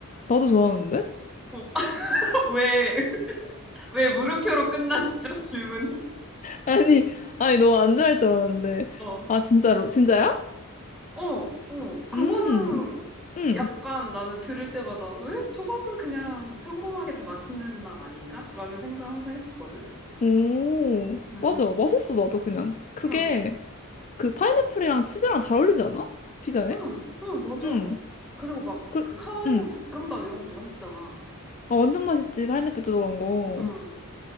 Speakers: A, on the left; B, in the centre.
A: 나도 좋아하는데?
B: 어, <laughs> 왜, <laughs> 왜 물음표로 끝나시죠, 질문이?
A: 아니, 아니, 너 안 좋아할 줄 알았는데.
B: 어.
A: 아, 진짜로, 진짜야?
B: 어, 어. 그거는
A: 음, 음,
B: 약간 나는 들을 때마다 왜? 저거는 그냥 평범하게 다 맛있는 맛 아닌가? 라는 생각을 항상 했었거든.
A: 오,
B: 응, 응,
A: 맞아. 맛있어, 나도 그냥. 그게,
B: 응,
A: 그 파인애플이랑 치즈랑 잘 어울리지 않아? 피자에?
B: 응, 응, 맞아.
A: 음,
B: 그리고 막
A: 그,
B: 그 하와이안
A: 음.
B: 볶음밥 이런 것도 맛있잖아.
A: 아, 완전 맛있지, 파인애플 들어간 거.
B: 응.